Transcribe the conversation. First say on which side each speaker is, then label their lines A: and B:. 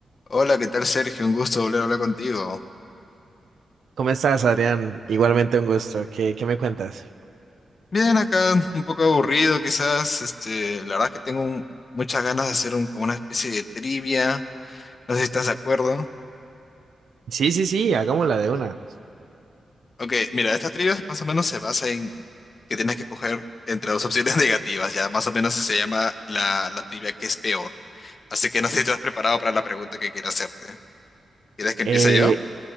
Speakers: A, on the left (about 45°); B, on the right (about 75°).
A: Hola, ¿qué tal Sergio? Un gusto volver a hablar contigo.
B: ¿Cómo estás, Adrián? Igualmente un gusto. ¿Qué, qué me cuentas?
A: Bien, acá un poco aburrido quizás. Este, la verdad es que tengo un- muchas ganas de hacer un- como una especie de trivia. No sé si estás de acuerdo.
B: Sí, sí, sí, hagámosla de una.
A: Ok, mira, esta trivia más o menos se basa en que tienes que coger entre dos opciones <laughs> negativas. Ya más o menos se llama la, la trivia que es peor. Así que no sé si estás preparado para la pregunta que quiero hacerte. ¿Quieres que
B: Eh,
A: empiece yo?